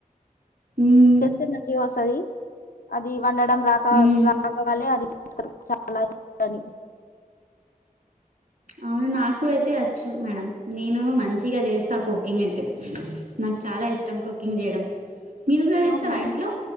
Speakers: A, on the right; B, on the left.
A: ఉమ్
B: చేస్తే మంచిగా వస్తది అది వండడం రాక
A: ఉమ్
B: రాకవాల్లే అది <inaudible> చాలా ఇని
A: అవును నాకు అయితే చ్చు మేడం నేను మంచిగా జేస్తా కుకింగ్ అయితే నాకు చాలా ఇష్టం కుకింగ్ జేయడం మీరు ట్రై చేస్తారా
B: అవునా
A: ఇంట్లో